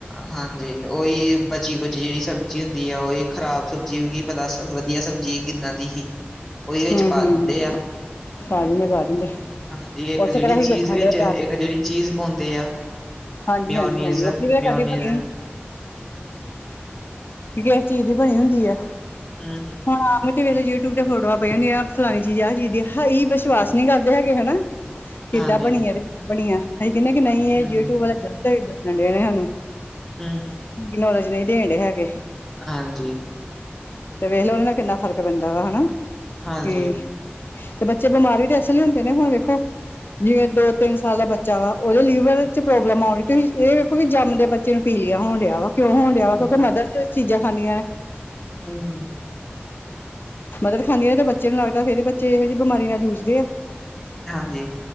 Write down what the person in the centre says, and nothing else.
ਹਾਂਜੀ ਓਹੀ ਬਚੀ-ਖੁਚੀ ਜਿਹੜੀ ਸਬਜ਼ੀ ਹੁੰਦੀ ਆ ਉਹੀ ਖ਼ਰਾਬ ਸਬਜ਼ੀ ਪਤਾ ਵਦੀਆ ਸਬਜ਼ੀ ਕਿੱਦਾਂ ਦੀ ਸੀ ਉਹੀ ਔ ਵਿੱਚ
ਪਾ
ਦਿੰ ਦਿੰਦੇ ਆ,
ਹਾਂਜੀ ਇੱਕ
ਜਿਹੜੀ
ਚੀਜ਼
ਵਿੱਚ
ਇੱਕ
ਜਿਹੜੀ ਚੀਜ਼ ਪਾਉਂਦੇ ਆ
ਮਿਓਨੀਜ਼-ਮਿਓਨੀਜ਼
ਹੰ ਹੰ
ਹਾਂਜੀ
ਹੂੰ-ਹੂੰ,
ਹਮ
ਹਾਂਜੀ
ਹਾਂਜੀ
ਹੂੰ,
ਹੰ ਹੰ
ਹਾਂਜੀ